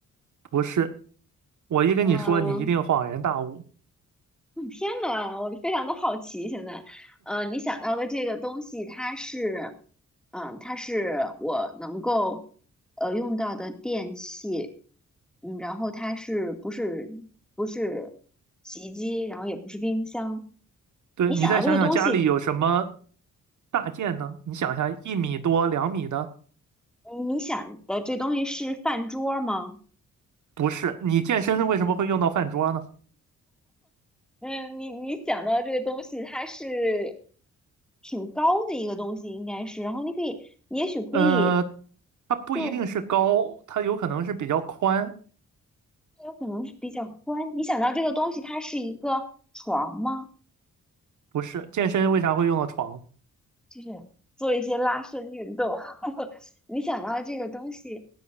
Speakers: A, on the right (about 75°); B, in the centre.
A: 不是。我一跟你说，
B: 嗯，
A: 你一定恍然大悟。
B: 嗯天呐，我非常的好奇现在。呃，你想到的这个东西，它是，嗯，它是我能够呃用到的电器，嗯，然后它是不是不是洗衣机，然后也不是冰箱。
A: 对，
B: 你想到这个东西，
A: 你再想想家里有什么大件呢？你想一下，一米多、两米的，
B: 你想的这东西是饭桌吗？
A: 不是。你健身为什么会用到饭桌呢？
B: 嗯，你你想到这个东西，它是挺高的一个东西，应该是。然后你可以，也许可以，
A: 呃，它不一定是高，
B: 就
A: 它有可能是比较宽，
B: 就有可能是比较宽。你想到这个东西，它是一个床吗？
A: 不是。健身为啥会用到床？
B: 就是做一些拉伸运动。<laughs> 你想到这个东西，